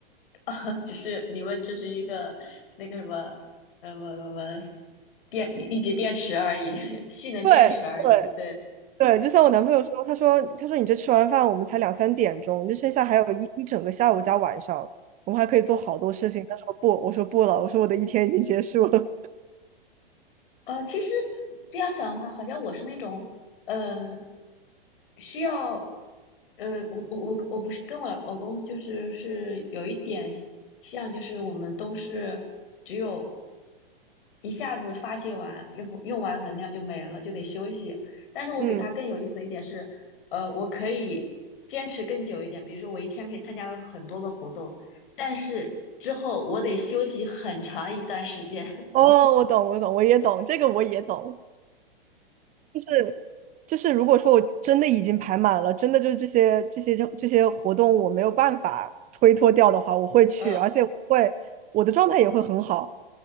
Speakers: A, on the left; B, on the right.
A: <laughs> 只是你们只是一个那个什么，呃，什么什么电一一节电池而已，<laughs> 蓄能电池而已，
B: <laughs> 对对。
A: 对。
B: 对，就像我男朋友说，他说他说你这吃完饭我们才两三点钟，就剩下还有一一整个下午加晚上，我们还可以做好多事情。他说不，我说不了，我说我的一天已经结束了。<laughs>
A: 呃，其实这样想的话，好像我是那种，呃，需要，呃，我我我我不是跟我老老公就是是有一点像，就是我们都是只有一下子发泄完，用用完能量就没了，就得休息。但是我比他更有意思的一点是，
B: 嗯，
A: 呃，我可以坚持更久一点，比如说我一天可以参加很多个活动，但是之后我得休息很长一段时间。<laughs>
B: 哦，我懂，我懂，我也懂，这个我也懂，就是就是，如果说我真的已经排满了，真的就是这些这些这些活动我没有办法推脱掉的话，我会去，
A: 呃。
B: 而且我会我的状态也会很好。